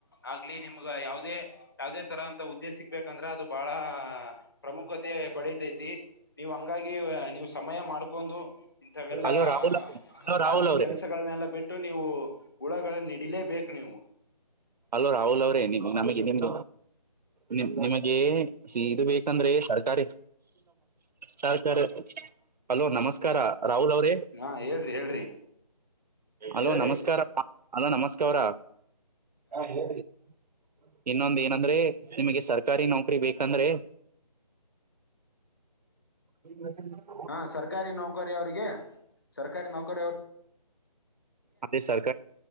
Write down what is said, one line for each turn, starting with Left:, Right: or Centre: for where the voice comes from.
Left: ಆಗ್ಲಿ ನಿಮ್ಗ ಯಾವುದೇ ಯಾವದೇ ತರ ಅಂತಾ ಹುದ್ದೆ ಸಿಗ್ಬೇಕಂದ್ರೆ ಅದು ಬಾಳ ಪ್ರಮುಖ್ಯತೆ ಪಡಿತೈತಿ ನೀವು ಹಂಗಾಗಿ ನೀವು ಸಮಯ ಮಾಡ್ಕೊಂಡು ಇಂಥವೆಲ್ಲಾ
Right: ಹಲೋ ರಾಹುಲ್ ಅವ್ರೇ ಹಲೋ
Left: ಖಾಲಿ
Right: ರಾಹುಲ್ ಅವ್ರೇ
Left: ಕೆಲಸಾ ಗಳನ್ನೆಲ್ಲಾ ಬಿಟ್ಟು ನೀವು ಹುಳುಗಳನ್ನು ಹಿಡಿಲೇಬೇಕು ನೀವು.
Right: ಹಲೋ ರಾಹುಲ್ ಅವ್ರೇ ನಮಗೆ ನಿಮ್ದ ನಿ ನಿಮಗೆ ಇದು ಬೇಕಂದ್ರೆ ಸರ್ಕಾರ ಸರ್ಕಾ ಹಲೋ ನಮಸ್ ನಮಸ್ಕಾರ ರಾಹುಲ್ ಅವರೇ
Left: ಹಾ ಹೇಳ್ರಿ ಹೇಳ್ರಿ.
Right: ಹಲೋ
Left: ಹೇಳ್ರಿ
Right: ನಮಸ್ಕಾರಾ ಹಲೋ ನಮಸ್ಕಾರಾ ಹಾ, ಹೇಳ್ರಿ ಇನ್ನೊಂದ ಏನಂದ್ರೆ ನಿಮಗೆ ಸರ್ಕಾರಿ ನೌಕರಿ ಬೇಕಂದ್ರೆ. <unintelligible>
Left: ಹಾ ಸರ್ಕಾರಿ ನೌಕರಿ ಅವ್ರಿಗೆ ಸರ್ಕಾರಿ ನೌಕರಿ ಅವ್ರ
Right: ಅದೇ ಸರ್ಕ